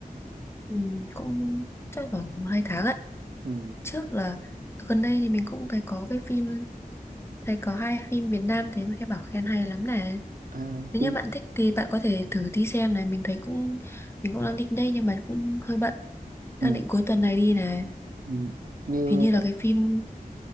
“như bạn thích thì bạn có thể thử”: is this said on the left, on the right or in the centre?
Left